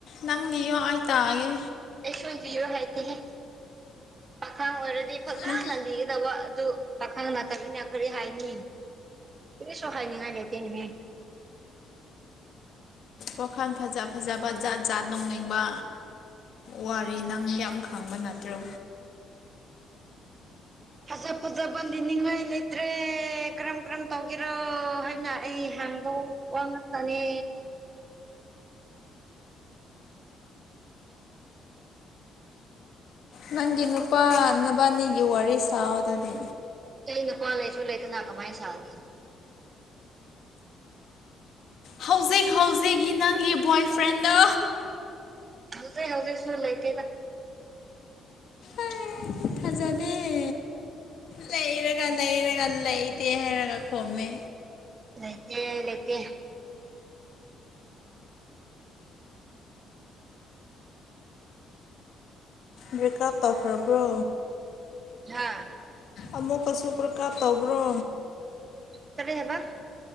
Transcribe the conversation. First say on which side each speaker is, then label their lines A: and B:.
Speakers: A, on the left; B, on the right.
A: ꯅꯪ ꯂꯤꯌꯣ ꯑꯩ ꯇꯥꯒꯦ
B: ꯑꯦꯁꯃ ꯔꯣ ꯍꯥꯏꯍꯦ ꯄꯈꯥ ꯑꯣꯏꯔ ꯗꯤ ꯐꯖꯅ
A: ꯅꯪ
B: ꯂꯤꯒꯗꯕ ꯑꯗꯨ ꯄꯥꯈꯪ ꯃꯇꯝꯅꯤꯃꯤꯅ ꯀꯔꯤ ꯍꯥꯏꯅꯤ ꯀꯗꯤ ꯁꯣꯍꯥꯏꯅꯤꯉꯥꯏ ꯂꯩꯦꯇꯅꯦꯅꯦ
A: ꯋꯥꯈꯜ ꯐꯖ ꯐꯖꯕ ꯖꯥꯠ ꯖꯥꯠ ꯅꯧꯅꯤꯡꯕ ꯋꯥꯔꯤ ꯅꯪ ꯌꯥꯝ ꯈꯪꯕ ꯅꯠꯇ꯭ꯔꯣ
B: ꯐꯖ ꯐꯖꯕꯗꯤꯅꯤꯡꯉꯥꯏ ꯂꯩꯇ꯭ꯔꯦ ꯀꯔꯝ ꯀꯔꯝ ꯇꯧꯒꯦꯔꯣ ꯍꯥꯏꯅ ꯑꯩ ꯍꯥꯏ ꯅꯪꯗ ꯋꯥꯅꯤ
A: ꯅꯪꯒꯤ ꯅꯨꯄꯥ ꯅ ꯅꯕꯥꯅꯤꯒꯤ ꯋꯥꯔꯤ ꯁꯥꯥꯎꯗꯗꯤ
B: ꯑꯩꯅ ꯄꯥ ꯂꯩꯁꯨ ꯂꯩꯇꯅꯍ ꯀꯃꯥꯏꯅ ꯁꯥꯅꯤ
A: ꯍꯧꯖꯤꯛ ꯍꯧꯖꯤꯛꯀꯤ ꯅꯪꯒꯤ ꯕꯣꯏ ꯐ꯭ꯔꯦꯟꯅ
B: ꯍꯧꯖꯤꯛ ꯍꯧꯖꯤꯛ ꯁꯨ ꯂꯩꯒꯦꯅ
A: ꯑꯩ ꯊꯖꯥꯅꯦꯦ ꯂꯩꯔꯒ ꯂꯩꯔꯒ ꯂꯩꯇꯦ ꯍꯥꯏꯔꯒ ꯈꯣꯝꯃꯦ
B: ꯂꯩꯇꯦ ꯂꯩꯇ
A: ꯕ꯭ꯔꯦꯛꯀꯑꯞ ꯇꯧꯈ꯭ꯔꯕ꯭ꯔꯣ
B: ꯍꯥꯥ
A: ꯑꯃꯨꯛꯀꯁꯨ ꯄ꯭ꯔꯀꯥꯞ ꯇꯧꯕ꯭ꯔꯣ
B: ꯇꯔ ꯍꯕ